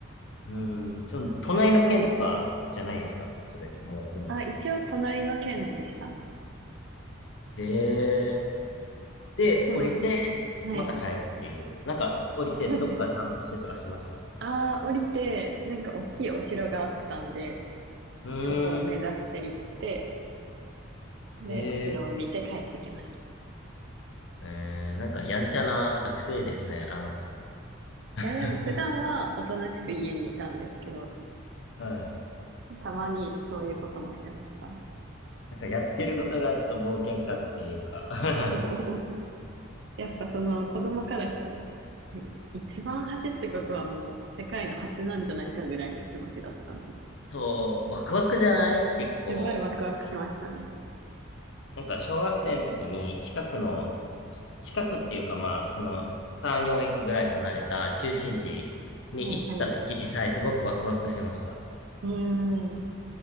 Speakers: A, on the left; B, on the right.
A: うん。その、隣の県とかじゃないですか。それってもう、でも。
B: あ、一応隣の県でしたね。
A: へえ。で、
B: でも、
A: 降りて、
B: はい。
A: また帰るっていう。なんか、降りてどっか散歩してとかしました。
B: <laughs> ああ、降りて、なんか大きいお城があったんで、
A: うーん。
B: そこを目指して行って、で、
A: へえ。
B: お城を見て帰ってきました。
A: えー、なんか、やんちゃな学生ですね、あなた。<laughs>
B: いや、でも普段はおとなしく家にいたんですけど、
A: はい。
B: たまにそういうこともしてましたね。
A: なんかやってることがちょっと冒険家っていうか <laughs>
B: <laughs> やっぱその子供からしたらえ一番走ってことはもう世界の果てなんじゃないかぐらいの気持ちだったんで、
A: そう、ワクワクじゃない結構。
B: すごいワクワクしましたね。
A: なんか小学生の時に近くの、ち近くっていうかまあ、その3、4駅ぐらい離れた中心地に行った時にさえすごくワクワクしました。
B: はいはい。うーん。